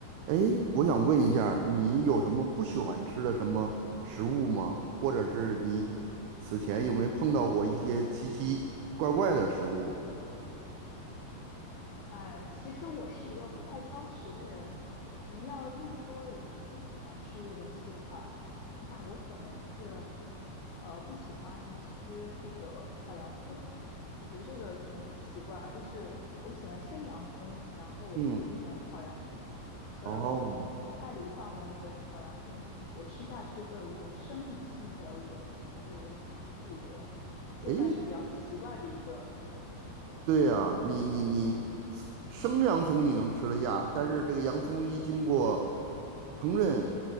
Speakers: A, on the right; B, on the left.
A: 哎，我想问一下儿你有什么不喜欢吃的什么食物吗？或者是你此前有没有碰到过一些奇奇怪怪的食物？
B: 哎，其实我是一个不太挑食的人。你要硬说有什么不喜欢吃的东西的话，那我可能是，呃，不喜欢吃那个炒洋葱。我觉得这个可能很奇怪，就是我喜欢生洋葱，然后我就是不喜欢炒洋葱。
A: 嗯，
B: 所有炒菜里放的那个炒洋葱，
A: 哦，
B: 我吃下去会有一种生理性的恶心，我会有点想吐这样。这算是比较奇怪的一个问题，
A: 哎，
B: 对的。
A: 对呀，你你你，生洋葱你能吃得下，但是这个洋葱一经过烹饪